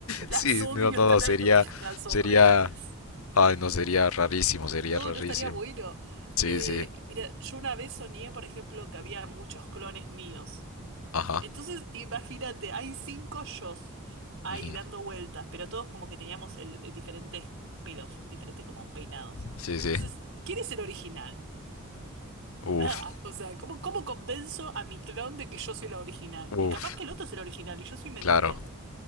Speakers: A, on the right; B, on the left.
A: Las
B: Sí,
A: odio,
B: no, no,
A: estas
B: no, sería,
A: lagartijas
B: sería,
A: horribles.
B: ay, no, sería rarísimo, sería
A: No,
B: rarísimo.
A: no estaría bueno.
B: Sí,
A: Eh,
B: sí,
A: mira, yo una vez soñé, por ejemplo, que había muchos clones míos.
B: ajá,
A: Entonces, imagínate, hay cinco yos ahí
B: ujú,
A: dando vueltas, pero todos como que teníamos el, el diferentes pelos, diferentes como peinados.
B: sí,
A: Entonces,
B: sí,
A: ¿quién es el original?
B: uf,
A: Nada. O sea, ¿cómo, cómo convenzo a mi clon de que yo soy la original?
B: uf,
A: Y capaz que el otro es el original y yo soy mentira.
B: claro,